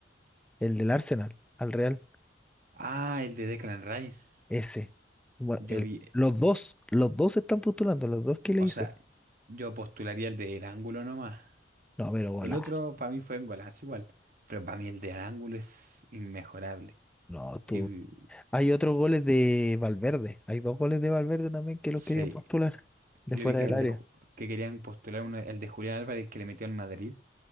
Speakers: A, in the centre; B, on the right.
A: el del Arsenal, al Real.
B: Ah, el de Declan Rice.
A: Ese. Gua-
B: Yo
A: el-
B: vi, eh,
A: los dos, los dos están postulando, los dos que
B: o
A: le hizo.
B: sea, yo postularía el del ángulo nomás.
A: No, pero golazo.
B: El otro para mí fue un golazo igual, pero para mí el del ángulo es inmejorable.
A: No, tú.
B: Y vi-
A: Hay otros goles de Valverde. Hay dos goles de Valverde también que los
B: sí,
A: querían postular de
B: yo
A: fuera
B: vi que
A: del
B: el
A: área.
B: de Ju- que querían postular uno, el de Julián Álvarez que le metió al Madrid,